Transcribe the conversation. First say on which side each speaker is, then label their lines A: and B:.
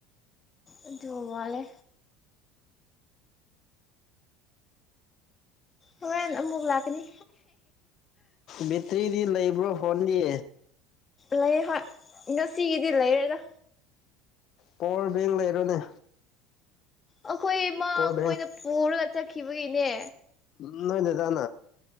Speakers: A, on the left; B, on the left.
A: ꯑꯗꯨ ꯃꯥꯜꯂꯦ ꯍꯣꯔꯦꯟ ꯑꯃꯨꯛ ꯂꯥꯛꯀꯅꯤ
B: ꯕꯦꯇ꯭ꯔꯤꯗꯤ ꯂꯩꯕ꯭ꯔꯣ ꯐꯣꯟꯗꯤ
A: ꯂꯩ ꯍꯣꯏ ꯉꯁꯤꯒꯤꯗꯤ ꯂꯩꯔꯦꯗ
B: ꯄꯋꯥꯔ ꯕꯦꯡ ꯂꯩꯔꯣꯅꯦ
A: ꯑꯩꯈꯣꯏ ꯏ ꯃꯥ
B: ꯄꯋꯥꯔ
A: ꯃꯣꯏꯅ ꯄꯨꯔꯒ ꯆꯠꯈꯤꯕꯒꯤꯅꯦ
B: ꯎ ꯅꯣꯏ ꯅꯣꯏ ꯇ